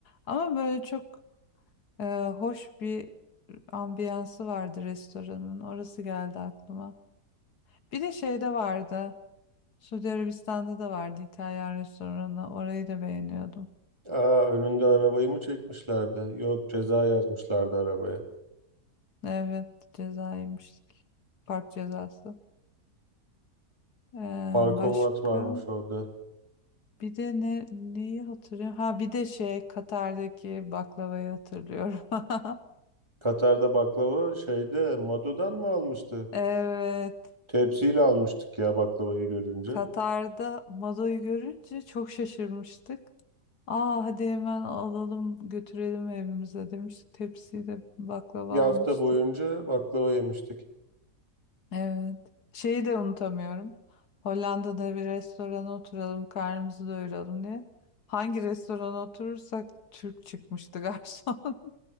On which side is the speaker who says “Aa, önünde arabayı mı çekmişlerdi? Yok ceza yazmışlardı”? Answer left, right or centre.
Right